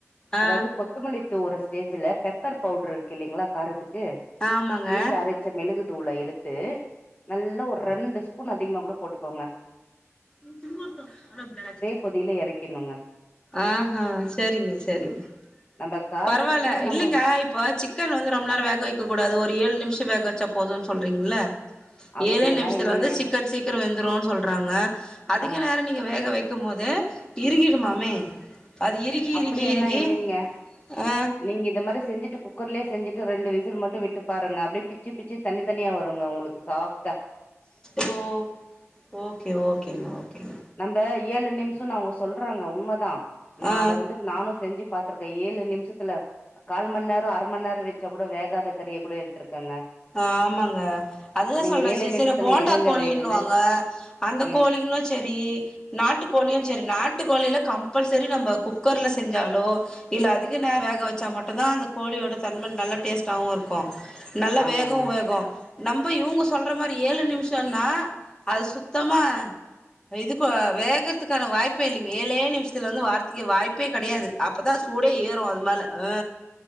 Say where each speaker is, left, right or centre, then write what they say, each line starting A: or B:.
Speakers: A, on the left; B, on the left.
A: ஆ
B: அதாவது கொத்தமல்லி தூவுற ஸ்டேஜ்ல பெப்பர் பவுடர் இருக்கு இல்லலைங்களா காரத்துக்கு
A: ஆமாங்க
B: வீட்ல அரை ச்ச மெழுகு தூள எடுத்து நல்லா ஒரு ரெண்டு ஸ்பூன் அதிகமா கூட போட்டுக்கோங்க
A: நெஜமாதா ஆன பிளாக்
B: கொதியிலா எறக்கிறணுங்க
A: ஆ ஹ சேரிங்க சேரிங்க
B: நம்ம காரத்துக்கு
A: பரவாயில
B: நம்ம
A: இல்லைங்க இப்ப சிக் க்கன் வந்து ரொம்ப நேர வேக வைக்க கூடாது ஒரு ஏழு நிமிஷம் வேக வச்சா போதுன் சொல்றீங்களா சிக்
B: அப்படியெல்லா
A: ஏழே நிமிஷத்துல
B: இல்லைங்க
A: வந்து சிக்கன் சீக்கிர வெந்துருன் சொல்றாங்க அதிக
B: ஆ
A: நேர நீங்க வேக வைக் க்கு போது இறுகிடுமாமே அது இறுகி
B: அப்படியெல்லா
A: இறுகி இறுகி
B: இல்லைங்க
A: ஆ
B: நீங்க இது மாரி செஞ்சிட்டு குக்கர்லேயோ செஞ்சிட்டு ரெண்டு விசில் மட்டும் விட்டு பாருங்க அப்டியே பிச்சு பிச்சு தனித்தனியா வருங்கா உங்களுக்கு சாப்ட்
A: ஓ ஓகே ஓகேங்க ஓகேங்க
B: நம்ம ஏழு நிமிஷம்னு அவுங்க சொல்றாங்க உண்மதா ந
A: ஆ
B: நானு செஞ்சு பாத்திருக்கே ஏழு நிமிஷத்துல கால் மண் நேரோ ஆ அர மண் நேர வச்சா கூட வோகதா கறிய கூட எடுத்திருக்கங்க
A: ஆ ஆமாங்க அதுதா
B: நீங்க
A: சொல்றே
B: ஏழே நிமிஷத்துல
A: <unintelligible> போண்டா
B: எங்கங்க
A: கோழின்னுவாங்க
B: வேகுது
A: அந்த
B: ம்
A: கோழிங்களு செரி நாட்டுக்கோழியு செரி நாட்டுக்கோழியில கம்பல்சரி நம்ப குக்கர்ல செஞ்சாலோ இல்ல அதிகா நேரோ வேக வச்சா மட்டுதா அந்த கோழியோட தன்ம நல்ல டேஸ்டாவு இருக்கு
B: ஆமாங்க
A: வேகு வேகு நம்ம இவுங்க சொல்ற மாரி ஏழு நிமிஷம்னா அது சுத்தமா இதுக்கு வேகறத்துக்கான வாய்ப்பே இல்லைங்க ஏழே நிமிஷத்துல வந்து வாரத்துக்கு வாய்ப்பே கிடையாது அப்பதா சு சூடே ஏறும் அது மேலா ஆ